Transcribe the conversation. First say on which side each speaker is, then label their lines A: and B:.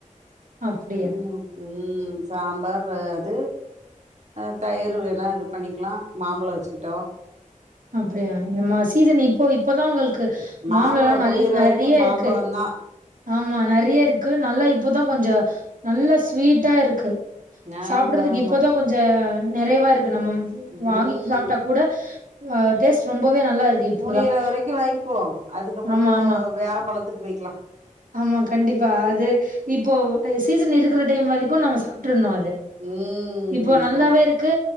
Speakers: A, on the right; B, on the right.
A: அப்டியா
B: ம் ம் சாம்பார் அது அ தயிர் வேணா இது பண்ணிக்கலா மாம்பழம் வச்சுக்கிட்டோம்
A: அப்டியா இந்த மா சீசன் இப்போ இப்போதா உங்களுக்கு
B: மாம்பழோ
A: மாம்பழ எல்லா நல்ல
B: முடியிற
A: நெறைய
B: வரைக்கு மாம்பழந்தா
A: இருக்கு ஆமா நறைய இருக்கு நல்லா இப்போதா கொஞ்சம் நல்லா ஸ்வீட்டா இருக்கு
B: ஆமா
A: சாப்டுறதுக்கு
B: ஆமா
A: இப்போதா கொஞ்சம் நெறைவா இருக்கு நம்ம
B: ம்
A: வாங்கி சாப்ட்டா கூட டேஸ்ட் ரொம்பவே நல்லா இருக்கு இப்போதான்
B: முடியிற வரைக்கு வாங்கிபோம் அதுக்கப்பறம்
A: ஆமா ஆமா
B: வேற பழத்துக்கு போய்கிக்கலாம்
A: ஆமா கண்டிப்பா அது இப்போ சீசன் இருக்கிற டைம் வரைக்கு நம்ம சாப்ட்டுருணும் அது
B: ம்
A: இப்போ நல்லாவே
B: கண்டிப்பா
A: இருக்கு